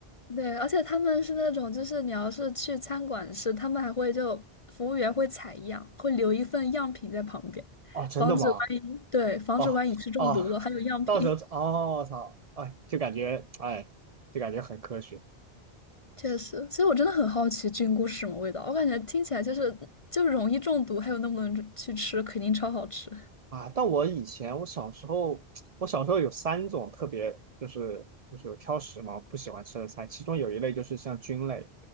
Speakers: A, on the left (about 40°); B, on the right (about 50°).
A: 对，而且他们是那种，就是你要是去餐馆吃，他们还会就服务员会采样，会留一份样品在旁边，
B: 哦，真的吗？
A: 防止万一，对，防止万一吃中毒了，
B: 哦哦，
A: 还有样品。
B: 到时候哦，操，哎，就感觉哎，就感觉很科学。
A: 确实，所以我真的很好奇菌菇是什么味道，我感觉听起来就是就是容易中毒，还有那么多人去吃，肯定超好吃。
B: 啊，但我以前我小时候，<tsk> 我小时候有三种特别就是就是挑食嘛，不喜欢吃的菜，其中有一类就是像菌类，